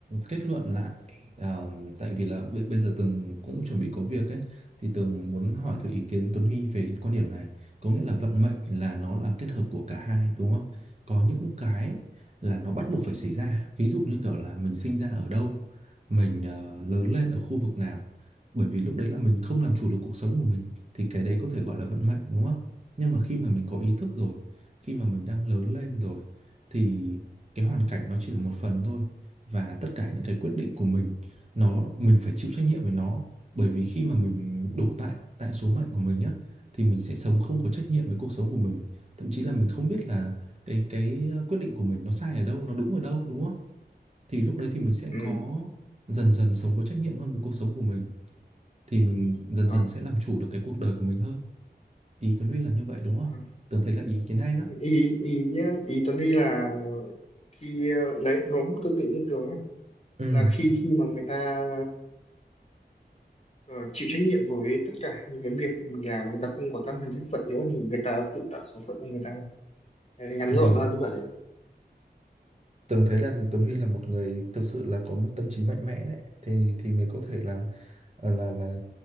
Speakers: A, on the right (about 40°); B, on the left (about 35°).
A: kết luận lại ờ, tại vì là bây, bây giờ Tường cũng chuẩn bị có việc ấy thì Tường muốn hỏi thử ý kiến Tuấn Huy về cái quan điểm này. Có nghĩa là vận mệnh là nó là kết hợp của cả hai đúng không? Có những cái là nó bắt buộc phải xảy ra. Ví dụ như kiểu là mình sinh ra ở đâu, mình ờ, lớn lên ở khu vực nào. Bởi vì lúc đấy là mình không làm chủ được cuộc sống của mình thì cái đấy có thể gọi là vận mệnh đúng không? Nhưng mà khi mà mình có ý thức rồi khi mà mình đang lớn lên rồi thì cái hoàn cảnh nó chỉ là một phần thôi và tất cả những cái quyết định của mình nó mình phải chịu trách nhiệm với nó bởi vì khi mà mình đổ tại tại số mệnh của mình á thì mình sẽ sống không có trách nhiệm với cuộc sống của mình thậm chí là mình không biết là cái cái ờ, quyết định của mình nó sai ở đâu nó đúng ở đâu đúng không thì lúc đấy thì mình sẽ
B: ừ.
A: có dần dần sống có trách nhiệm hơn với cuộc sống của mình thì mình dần
B: à,
A: dần sẽ làm chủ được cái cuộc đời của mình hơn ý Tuấn Huy là như vậy đúng không?
B: à.
A: Tớ thấy là ý kiến hay đó
B: ý ý ý Tuấn đi là khi ờ, đấy đúng tương tự như Tường ấy
A: ừ
B: là khi khi mà người ta ờ, chịu trách nhiệm với tất cả những cái việc mình làm người ta không có tâm thần trách phận nữa thì người ta tự tạo số phận của người ta Đấy, ngắn
A: ừ
B: gọn là như vậy
A: Tường thấy là Tuấn Huy là một người thực sự là có một tâm trí mạnh mẽ đấy thì thì mới có thể là ờ, là là